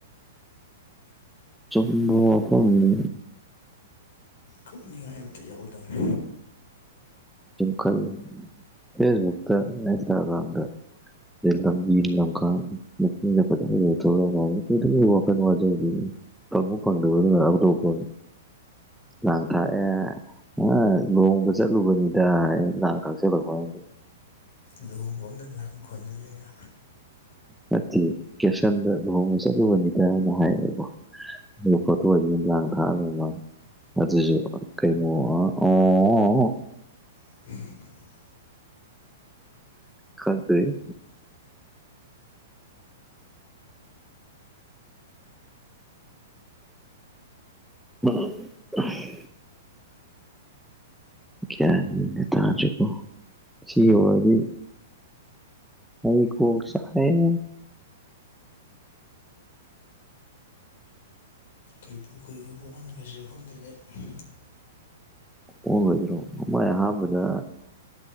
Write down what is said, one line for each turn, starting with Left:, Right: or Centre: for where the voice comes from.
Centre: ꯆꯃꯕ ꯋꯥꯐꯝꯅꯦ
Left: ꯀꯛꯅꯤꯡꯉꯥꯏ ꯑꯃꯝꯇ ꯌꯥꯎꯒꯗꯕꯅꯤ
Centre: ꯀꯜ ꯐꯦꯁꯛ ꯏꯟꯁꯒ꯭ꯔꯝ ꯀ ꯂꯝ ꯂ ꯋꯥ ꯇꯪꯕ ꯐꯪꯗꯕ ꯑꯗꯨꯀ ꯑꯇꫭꯞꯄꯅꯤ ꯂꯥꯡꯊꯥꯛ ꯑꯦ ꯑꯥ ꯂꯣꯡ ꯆꯠꯂꯨꯕꯅꯤꯗ ꯂꯥꯡ ꯊꯛꯆꯜꯂꯛꯄꯗ
Left: ꯂꯨꯍꯣꯡꯕ ꯑꯝꯗ ꯂꯥꯡ ꯈꯣꯟꯖ ꯂꯩꯔꯥ
Centre: ꯅꯠꯇꯦ ꯀꯦꯞꯁꯟꯗ ꯂꯨꯍꯣꯡꯕ ꯆꯠꯂꯨꯕꯅꯤꯗꯅ ꯍꯥꯏꯕꯀꫭ ꯑꯩꯅ ꯀꫭꯊꫭꯛꯏꯖꯤ ꯂꯥꯡ ꯊꯥꯛ ꯂꯩꯔꯝꯕꯌ ꯑꯗꯨꯁꯨ ꯀꯩꯅ ꯑ ꯑꯣ
Left: <unintelligible>
Centre: ꯈꯪꯗꯔꯦꯍꯦ ꯑ <unintelligible> ꯒꯌꯥꯟ ꯃꯦꯟꯒ ꯇꯥꯗꯔꯦꯀꫭ ꯁꯤꯌꯧꯔꯗꯤ ꯑꯩ ꯀꯣꯛ ꯆꯥꯛꯑꯦ
Left: ꯀꯩꯕꯨ ꯀꯩꯔꫭꯏꯕ ꯑꯣꯟꯈ꯭ꯔꯁꯤꯔ ꯈꯪꯗꯦꯗ ꯑꯩ
Centre: ꯑꫭꯟꯕꯩꯗꯨꯔꫭ ꯃꫭꯏ ꯑꯍꯥꯟꯕꯗ